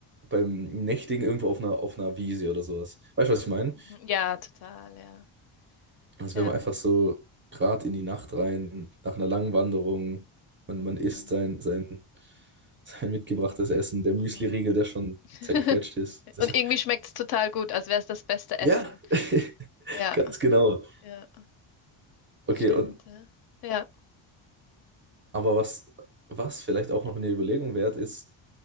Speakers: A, on the right (about 25°); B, on the left (about 50°).
A: beim Nächtigen irgendwo auf einer, auf einer Wiese oder sowas. Weißt du, was ich meine?
B: Mhm. Ja, total, ja.
A: Also
B: Ja.
A: wenn man einfach so gerade in die Nacht rein, nach einer langen Wanderung, man,
B: Mhm,
A: man isst sein,
B: mhm,
A: sein, sein mitgebrachtes Essen, der Müsli-Riegel,
B: mhm.
A: der schon
B: <laughs>
A: zerquetscht ist. Das,
B: Und irgendwie schmeckt es total gut, als wäre es das beste Essen.
A: ja, <laughs>
B: Ja,
A: ganz genau.
B: ja, das
A: Okay,
B: stimmt,
A: und
B: ja. Ja,
A: aber was, was vielleicht auch noch eine Überlegung wert ist,